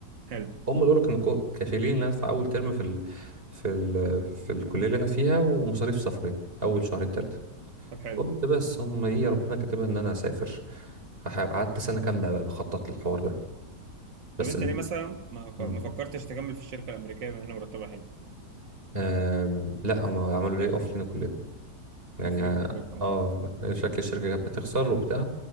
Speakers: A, on the right (about 80°); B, on the right (about 30°).
A: حلو
B: هم دول كانوا كو- كافيين ان انا ادفع اول ترم في ال... في ال... في الكليه اللي انا فيها ومصاريف سفري اول شهرين ثلاثه
A: طب حلو
B: قلت بس هم دي ربنا كاتبها ان انا هسافر هح- قعدت سنه كامله بقى بخطط للحوار ده بس
A: طب انت
B: ال...
A: ليه مثلا ما
B: مم.
A: ما فكرتش تكمل في الشركه الامريكيه بما ان مرتبها حلو
B: آم... لا هم عملوا لي اوف لينا كلنا يعني
A: اوف
B: ع-
A: ليك كلكم
B: اه
A: اه
B: شكل الشركه كانت بتخسر وبتاع